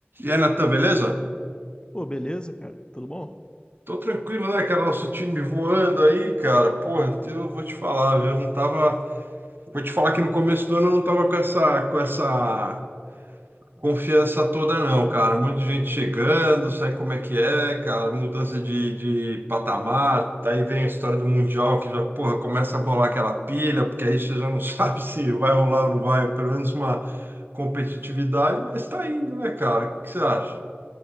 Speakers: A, on the right; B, on the left.
A: E aí, Natan, beleza?
B: Pô, beleza, cara? Tudo bom?
A: Tô tranquilo, né, cara? Nosso time voando aí, cara. Porra, eu vou te falar, eu não tava. Vou te falar que no começo do ano eu não tava com essa, com essa confiança toda, não, cara. Um monte de gente chegando, sabe como é que é, cara? Mudança de, de patamar. Daí vem a história do Mundial, que já, porra, começa a rolar aquela pilha, porque aí você já não <laughs> sabe se vai rolar ou não vai, ou pelo menos uma competitividade, mas tá indo, né, cara? O que você acha?